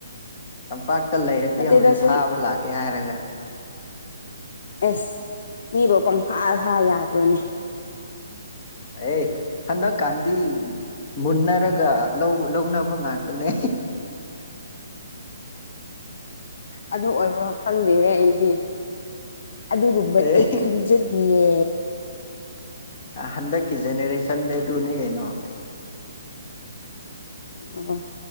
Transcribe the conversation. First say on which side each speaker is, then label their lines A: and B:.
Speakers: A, on the left; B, on the left.
A: ꯇꯝꯄꯥꯛꯇ ꯂꯩꯔꯗꯤ
B: ꯅꯠꯇꯦꯗ
A: ꯍꯧꯖꯤꯛ
B: ꯁꯨꯝ
A: ꯐꯥꯕ ꯂꯥꯛꯀꯦ ꯍꯥꯏꯔꯒ
B: ꯑꯦꯁ ꯃꯤꯕꯨ ꯄꯪꯐꯥ ꯐꯥ ꯌꯥꯕ꯭ꯔꯣꯅꯦ
A: ꯑꯦ ꯍꯥꯟꯗꯥꯛꯀꯥꯟꯗꯤ ꯃꯨꯟꯅꯔꯒ ꯂꯧꯅꯕ ꯉꯥꯛꯇꯅꯦ
B: ꯑꯗꯨ ꯑꯣꯏꯕ꯭ꯔꯣ ꯈꯪꯗꯦꯍꯦ ꯑꯩꯗꯤ ꯑꯗꯨꯒꯨꯝꯕꯗꯤ
A: ꯑꯦ
B: ꯑꯩ ꯈꯪꯖꯗꯌꯦ
A: ꯍꯟꯗꯛꯀꯤ ꯖꯦꯅꯦꯔꯦꯁꯟꯗ ꯑꯗꯨꯅꯦ ꯀꯩꯅꯣ
B: ꯑꯣ